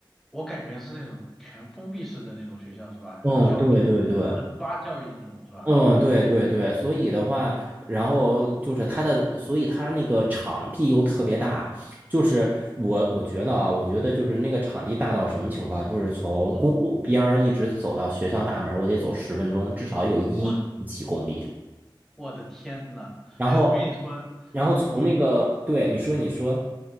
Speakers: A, in the centre; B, on the right.
A: 我感觉是那种全封闭式的那种学校是吧？
B: 嗯，
A: 很教就
B: 对对对，
A: 很抓教育的那种是吧？
B: 嗯，对对对，所以的话，然后就是它的，所以它那个场地又特别大，就是我我觉得啊，我觉得就是那个场地大到什么情况，就是从公路边儿一直走到学校大门儿，
A: 嗯嗯，
B: 我得走十分钟，至少有一点几公里。
A: 哇，我的天呐！
B: 然后，
A: 哎，我跟你说，
B: 然后从那个，
A: 你你你，
B: 对，你说你说。